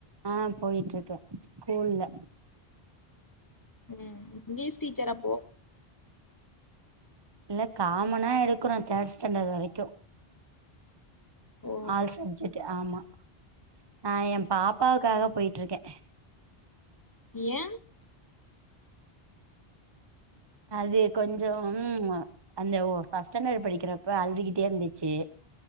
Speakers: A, on the right; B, on the left.
A: ஆ போயிட்ருக்க ஸ்கூல்ல
B: ம் இங்க்லீஷ் டீச்சராப்போ
A: இல்ல காமனா எடுக்கறோ தேர்ட் ஸ்டாண்டர் வரைக்கூ
B: ஓ
A: ஆல் சப்ஜெக்ட்டு ஆமா நா ஏ பாப்பாவுக்காக போயிட்ருக்கே
B: ஏ
A: அது கொஞ்சோ ம்மா அந்த ஓ பஸ்ட் ஸ்டாண்டர் படிக்கிறப்போ அழுகிட்டே இருந்துச்சு